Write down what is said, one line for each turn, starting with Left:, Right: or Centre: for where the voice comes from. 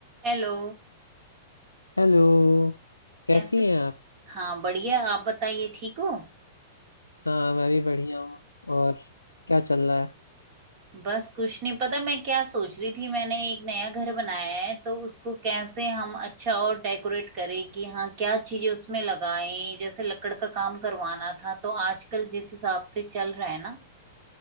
Right: Hello
Left: Hello कैसी
Right: कैसे
Left: हैं आप
Right: हाँ बढ़िया आप बताइए ठीक हो
Left: हाँ मैं भी बढ़िया हूँ और क्या चल रहा है
Right: बस कुछ नहीं पता मैं क्या सोच रही थी मैंने एक नया घर बनाया है तो उसको कैसे हम अच्छा और डेकोरेट करें कि हाँ क्या चीजें उसमें लगाएं जैसे लकड़ का काम करवाना था तो आजकल जिस हिसाब से चल रहा है ना